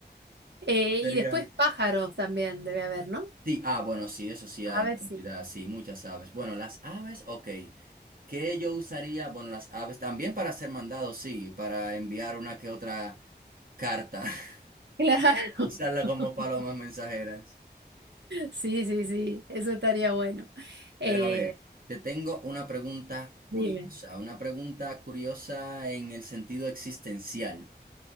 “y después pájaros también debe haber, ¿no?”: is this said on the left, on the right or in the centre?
Right